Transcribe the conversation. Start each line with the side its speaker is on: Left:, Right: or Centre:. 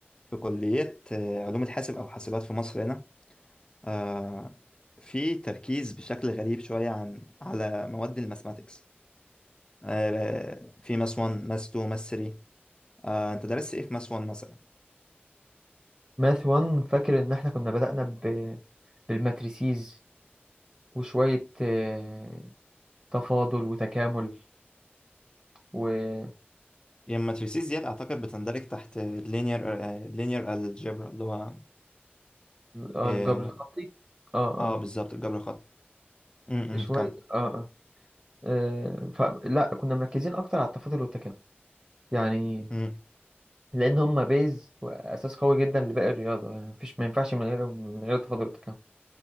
Left: في كلية آه، علوم الحاسب أو حاسبات في مصر هنا آه، في تركيز بشكل غريب شوية عن على مواد الماثماتكس آه، في ماس 1 ماس 2 ماس 3 آه، أنت درست إيه في ماس 1 مثلا؟
Right: ماث 1 فاكر ان احنا كنا بدأنا ب... بالماتريسيز وشوية آه، تفاضل وتكامل والجبر
Left: هي الماتريسيز ديت أعتقد بتندرج تحت لينير لينير الجبرا اللي هو
Right: الخطي
Left: آه
Right: اه
Left: آه،
Right: اه
Left: بالظبط الجبر الخطي م-
Right: شوية
Left: م، كم
Right: اه اه آه، فلا كنا مركزين اكتر على التفاضل والتكامل يعني
Left: م-
Right: لان هما بيز واساس قوي جدا لباقي الرياضة يعني مفيش ما ينفعش من غيرهم من غير التفاضل والتكامل